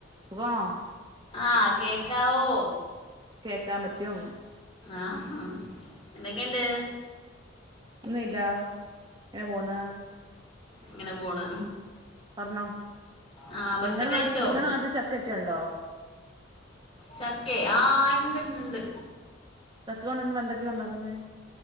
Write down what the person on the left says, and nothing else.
ആഹ്, കേക്കാവോ?
ആഹ്, ഹാഹ് എന്തൊക്കെണ്ട്?
ഇങ്ങനെ പോണ്
ആ ഭക്ഷണം
കഴിച്ചോ
ചക്കെ ആഹ്, ഉണ്ട്, ഉണ്ട്, ഉണ്ട്